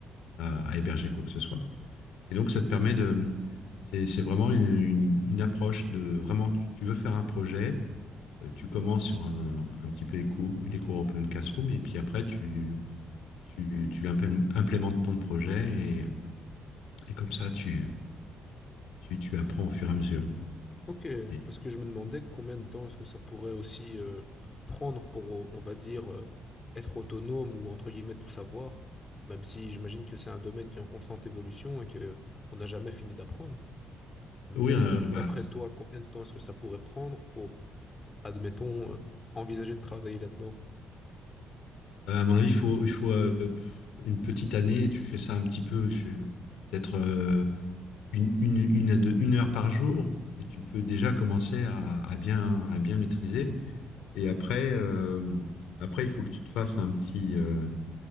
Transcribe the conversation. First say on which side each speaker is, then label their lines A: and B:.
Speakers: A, on the left; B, on the left.
A: à, à héberger quoi que ce soit. Et donc, ça te permet de. C'est c'est vraiment une, une- une approche de. Vraiment, tu, tu veux faire un projet, euh, tu commences sur un, un petit peu les cours, les cours Open Classroom, et puis après, tu, tu, tu implé- implémentes ton projet, et, et comme ça, tu, tu, tu apprends au fur et à mesure.
B: Ok,
A: Et-
B: parce que je me demandais combien de temps est-ce que ça pourrait aussi euh, prendre pour, euh, on va dire, euh, être autonome ou entre guillemets tout savoir, même si j'imagine que c'est un domaine qui est en constante évolution et que on n'a jamais fini d'apprendre. Mais
A: oui, euh,
B: d'après
A: bah,
B: toi, combien de temps est-ce que ça pourrait prendre pour, admettons, euh, envisager de travailler là-dedans?
A: euh, à mon avis, il faut, il faut euh, pff, une petite année, tu fais ça un petit peu, je- peut-être euh, une, une, une à deux- une heure par jour, et tu peux déjà commencer à, à bien, à bien maîtriser. Et après, euh, après, il faut que tu te fasses un petit, euh,